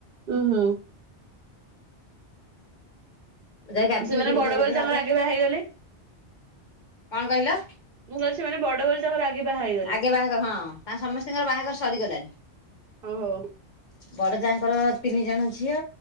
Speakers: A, on the right (about 55°); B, on the left (about 45°).
A: ଉଁ ହୁଁ।
B: ମୁଁ ଯାଏ ଗାଧେଇକି
A: ସେମାନେ
B: ଦେଖିଆ
A: ବଡ
B: ଯଦି
A: ବୋଲି ତାଙ୍କର
B: ହବ। କଣ
A: ଆଗେ ବାହା ହେଇଗଲେ।
B: କହିଲ?
A: ମୁଁ କହିଲି ସେମାନେ ବଡ ବଡ୍ ତ ସେମାନେ ଆଗେ ବାହା ହେଇଗ
B: ଆଗେ ବାହାଘର ହଁ ତାଙ୍କ ସମସ୍ତିଙ୍କର ବାହାଘର ସରିଗଲାଣି।
A: ଓହୋ
B: ବଡ ଯାଆଙ୍କର ତିନି ଜଣ ଝିଅ